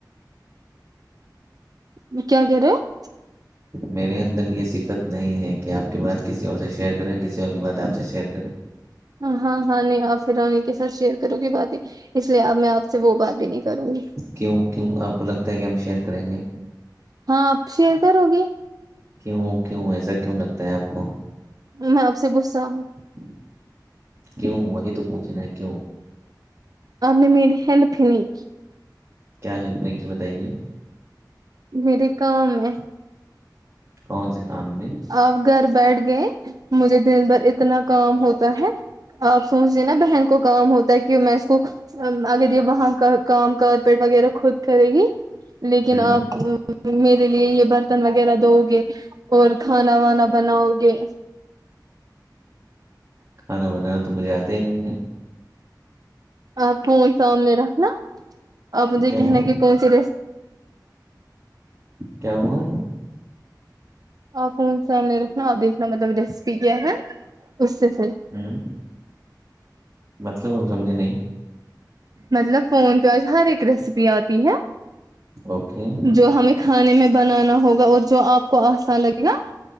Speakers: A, on the right; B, on the right.
A: و کیا گے <unintelligible>
B: میرے اندر یہ صفت نہیں ہے کہ آپ کی بات کسی اور سے شیئر کریں کسی اور کی بات آپ سے شیئر کریں
A: ہاں ہاں نہیں آ پھر رانی کے ساتھ شیئر کرو گے بات ہی اس لیے اب میں آپ سے وہ بات بھی نہیں کروں گی
B: کیوں کیوں آپ کو لگتا ہے کہ ہم شیئر کریں گے
A: ہاں اب شئیر کروگی
B: کیوں کیوں ایسا کیوں لگتا ہے آپ کو
A: میں آپ سے گسا ہوں
B: <unintelligible> کیوں وہی تو پوچھنا ہے کیوں
A: اور نے مل ہیلف نہیں
B: کیا ہیلپ میں کی بتائیے
A: میرے کام ہے
B: کون سے کام میں
A: آپ گھر بیٹھ گئے مجھے دن بھر اتنا کام ہوتا ہے آپ سوچ د نا بہن کو کام ہوتا ہے کہ میں اس کو اگر یہ وہاں کا کام کارپیٹ وغیرہ خود کرے گی لیکن
B: ہوں
A: آپ میرے لیے یہ برتن وغیرہ دوؤ گے اور کھانا وانا بناؤ گے
B: کھانا بنانا تو مجھے آتا ہی نہیں ہے
A: آپ کو سامنے رکھنا آپ مجھے
B: کیا
A: کہنا
B: ہوا
A: کہ پہنچے
B: کیا ہوا
A: اور فون سے سامنے رکھنا اور دیکھنا مطلب ریسیپی کیا ہے اس سے پھر
B: ہوں مطلب ہم سمجیں نہیں
A: مطلب فون پہ آج ہر ایک ریسیپی آتی ہے
B: اوکے
A: جو ہمیں کھانے میں بنانا ہوگا اور جو آپ کو آسا لگے گا